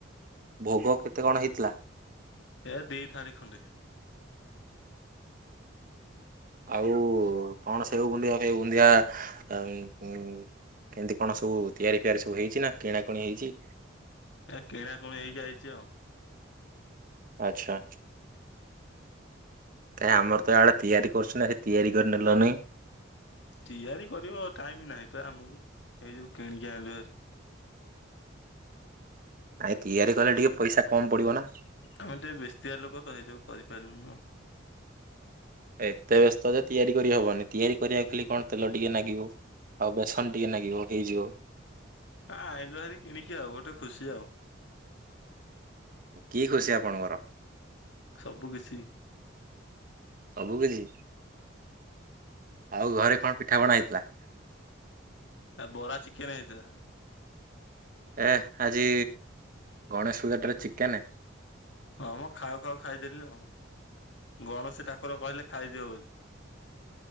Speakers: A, on the right; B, on the left.
A: ଭୋଗ କେତେ କଣ ହେଇଥିଲା?
B: ଏ ଦେଇ ଥାରି ଖଣ୍ଡେ।
A: ଆଉ କଣ ସେଉ ବୁନ୍ଦିଆ, ସେଉ ବୁନ୍ଦିଆ ହୁ କେମିତି କଣ ସବୁ ତିଆରି, ଫିଆରି ସବୁ ହେଇଛି ନା କିଣାକଣି ହେଇଛି?
B: ଏ କିଣାକଣି ହେଇକି ଆଇଛି ଆଉ।
A: ଆଚ୍ଛା। ଆଚ୍ଛା। କାଇଁ ଆମର ତ ଏଆଡେ ତିଆରି କରୁଛନ୍ତି। ଆସି ତିଆରି କରି ନେଲନି?
B: ତିଆରି କରିବ ଟାଇମ ନାହିଁ ପା ଆମକୁ ଏଇ ଯଉ କିଣିକି ଆଣିଲୁ ହରି।
A: ନାଇଁ ତିଆରି କଲେ ଟିକେ ପଇସା କମ ପଡିବ ନା,
B: ଆମେ ଟିକେ ବେଶତିଆ ଲୋକ ତ ସେଇଯଉ କରିପାରିଲୁନୁ ଆଉ।
A: ଏତେ ବ୍ୟସ୍ତ ଯେ ତିଆରି କରିହବନି ତିଆରି କରିବା ଖାଲି କଣ ତେଲ ଟିକେ ଲାଗିବ। ଆଉ ବେସନ ଟିକେ ନାଗିବ ହେଇଯିବ।
B: ହଁ ଆଇିଲୁ ହାରି କିଣିକି ଆଉ ଗୋଟେ ଖୁସି ଆଉ।
A: କି ଖୁସି ଆପଣଙ୍କର?
B: ସବୁ କିଛି।
A: ସବୁ କିଛି? ଆଉ ଘରେ କଣ ପିଠା ପଣା ହେଇଥିଲା?
B: ନା ବରା, ଚିକେନ ହେଇଥିଲା।
A: ଏ ଆଜି ଗଣେଶ ପୂଜାଟାରେ ଚିକେନ।
B: ହଁ ମୁଁ ଖାଉ, ଖାଉ ଖାଇଦେଲି ଆଉ, ଗଣେଶୀ ଠାକୁର କହିଲେ ଖାଇଦିଅ ବୋଲି।